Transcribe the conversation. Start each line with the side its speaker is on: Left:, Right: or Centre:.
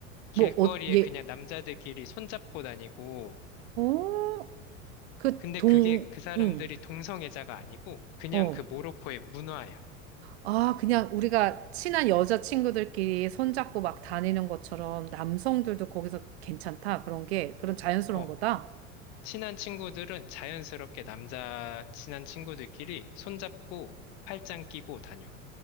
Right: 뭐,
Left: 길거리에
Right: 어, 얘,
Left: 그냥 남자들끼리 손잡고 다니고,
Right: 어, 그
Left: 근데
Right: 동,
Left: 그게 그 사람들이
Right: 응,
Left: 동성애자가 아니고, 그냥
Right: 어.
Left: 그 모로코의 문화야.
Right: 아, 그냥 우리가 친한 여자친구들끼리 손잡고 막 다니는 것처럼 남성들도 거기서 괜찮다. 그런 게, 그런 자연스러운
Left: 어,
Right: 거다.
Left: 친한 친구들은 자연스럽게 남자 친한 친구들끼리 손잡고 팔짱 끼고 다녀.